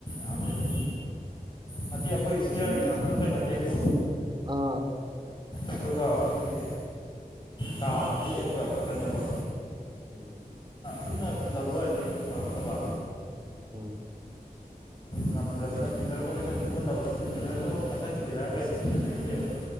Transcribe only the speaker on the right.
ꯑꯥ
ꯎꯝ
ꯎꯝ